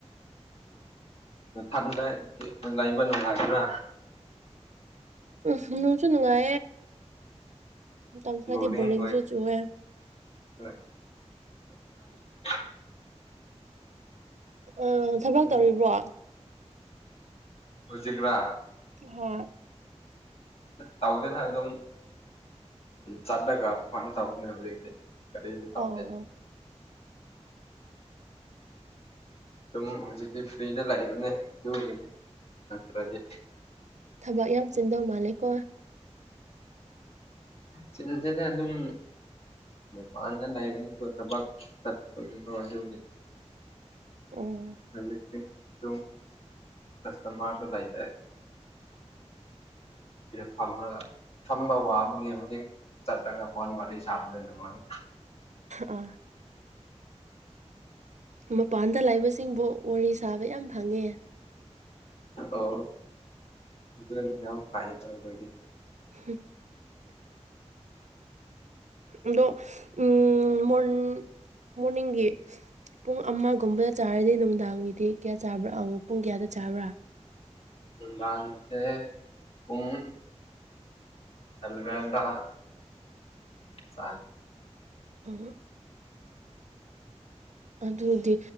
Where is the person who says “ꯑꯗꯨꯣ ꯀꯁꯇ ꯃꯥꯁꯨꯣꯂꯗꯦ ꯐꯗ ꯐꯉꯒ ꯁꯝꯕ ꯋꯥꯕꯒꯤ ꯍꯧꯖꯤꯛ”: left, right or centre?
Left